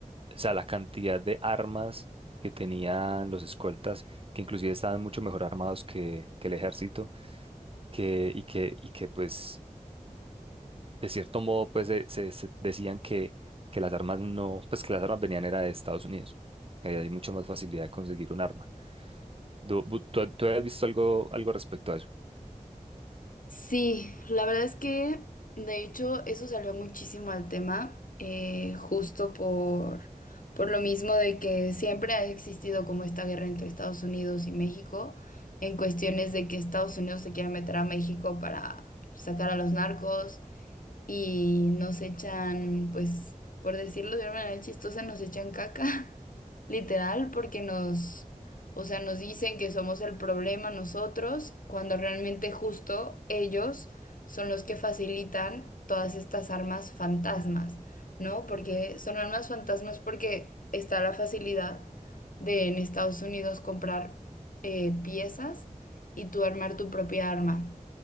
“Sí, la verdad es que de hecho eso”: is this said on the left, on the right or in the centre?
Left